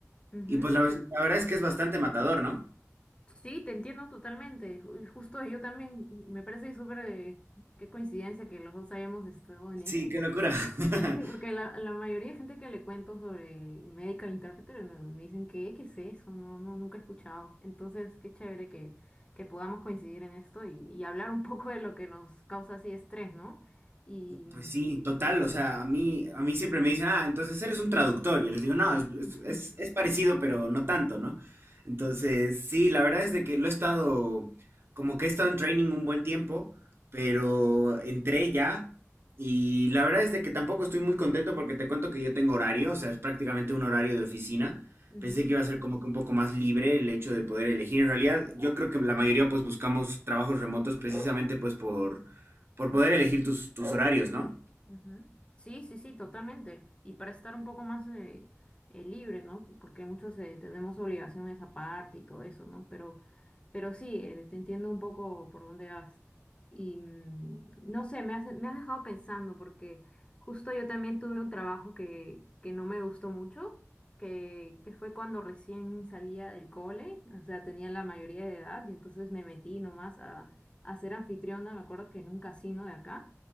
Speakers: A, on the left; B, on the right.
A: ujú.
B: Y pues la, la verdad es que es bastante matador, ¿no?
A: Sí, te entiendo totalmente. Ju- Justo yo también, me parece súper de qué coincidencia que los dos hayamos estado en eso,
B: Sí, qué
A: porque
B: locura. <laughs>
A: Sí, porque la, la mayoría de gente que le cuento sobre Medical Interpreter no, me dicen que, ¿qué es eso? No, no, nunca he escuchado. Entonces, qué chévere que, que podamos coincidir en esto y, y hablar un poco de lo que nos causa así estrés, ¿no? Y mm,
B: Pues sí, total, o sea, a mí, a mí siempre me dicen, ah, entonces eres un traductor. Y yo les digo, no, es, es-
A: <laughs>
B: es- es parecido, pero no tanto, ¿no? Entonces, sí, la verdad es de que lo he estado, como que he estado en training un buen tiempo, pero entré ya y la verdad es de que tampoco estoy muy contento porque te cuento que yo tengo horario, o sea, es prácticamente un horario de oficina.
A: ujú,
B: Pensé que iba a ser como que un poco más libre el hecho de poder elegir. En realidad, yo creo que la mayoría pues buscamos trabajos remotos precisamente pues por, por poder elegir tus, tus horarios, ¿no?
A: ujú. Sí, sí, sí, totalmente. Y para estar un poco más eh, eh, libre, ¿no? Porque muchos eh, tenemos obligaciones aparte y todo eso, ¿no? Pero Pero sí, eh, te entiendo un poco por dónde vas. Y mm, no sé, me has, me has dejado pensando porque justo yo también tuve un trabajo que, que no me gustó mucho, que, que fue cuando recién salía del cole, o sea, tenía la mayoría de edad y entonces me metí nomás a, a ser anfitriona, me acuerdo que en un casino de acá.